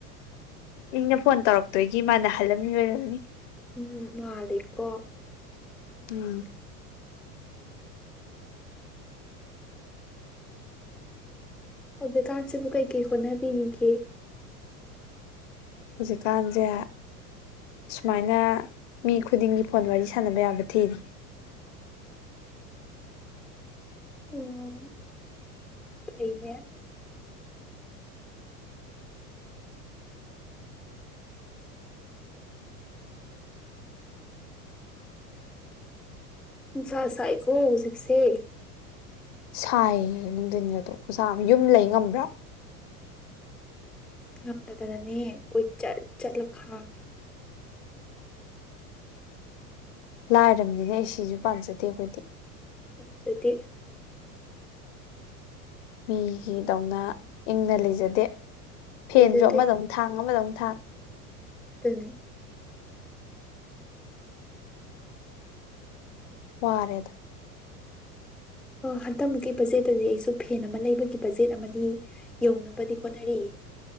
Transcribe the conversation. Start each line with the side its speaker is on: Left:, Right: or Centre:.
Left: ꯏꯪꯅ ꯐꯣꯟ ꯇꯧꯔꯛꯇꯣꯏꯒꯤ ꯃꯥꯅ ꯍꯜꯂꯝꯃꯤ ꯑꯣꯏꯔꯝꯅꯤ
Centre: ꯎꯝ ꯃꯥꯜꯂꯤꯀꯣ
Left: ꯎꯝ
Centre: ꯍꯧꯖꯤꯛꯀꯥꯟꯁꯤꯕꯨ ꯀꯩꯀꯩ ꯍꯣꯠꯅꯕꯤꯔꯤꯒꯦ
Left: ꯍꯧꯖꯤꯛꯀꯥꯟꯁꯦ ꯑꯁꯨꯃꯥꯏꯅ ꯃꯤ ꯈꯨꯗꯤꯡꯒꯤ ꯐꯣꯟ ꯋꯥꯔꯤ ꯁꯥꯟꯅꯕ ꯌꯥꯕ ꯊꯤꯔꯤ
Centre: ꯑꯣ ꯐꯩꯅꯦ ꯁꯥꯁꯥꯏꯀꯣ ꯍꯧꯖꯤꯛꯁꯦ
Left: ꯁꯥꯏꯌꯦ ꯅꯨꯡꯊꯤꯟꯒꯗꯣ ꯈꯨꯖꯥ ꯑꯃ ꯌꯨꯝ ꯂꯩ ꯉꯝꯕ꯭ꯔꯥ
Centre: ꯉꯅꯗꯅꯅꯦ ꯑꯩꯈꯣꯏ ꯆꯠ ꯆꯠꯂ ꯈꯥꯒꯦ
Left: ꯂꯥꯏꯔꯕꯅꯤꯅꯦ ꯑꯩ ꯁꯤꯁꯨ ꯄꯥꯟꯖꯗꯦ ꯑꯩꯈꯣꯏꯗꯤ
Centre: ꯄꯁꯇ
Left: ꯃꯤꯒꯤꯗꯧꯅ ꯏꯪꯅ ꯂꯩꯖꯗꯦ ꯐꯦꯟꯁꯨ
Centre: ꯂꯩꯖꯗꯦ
Left: ꯑꯃꯗꯧꯨꯛ ꯊꯥꯡ ꯑꯃꯗꯧꯛ ꯊꯥꯡ
Centre: ꯑꯗꯨꯅꯤ
Left: ꯄꯨꯋꯥꯔꯦꯗ
Centre: ꯑ ꯍꯟꯗꯛꯃꯨꯛꯀꯤ ꯕꯖꯦꯠꯇꯗꯤ ꯑꯩꯁꯨ ꯐꯦꯟ ꯑꯃ ꯂꯩꯕꯒꯤ ꯕꯖꯦꯠ ꯑꯃꯗꯤ ꯌꯧꯅꯕꯗꯤ ꯍꯣꯠꯅꯔꯤꯌꯦ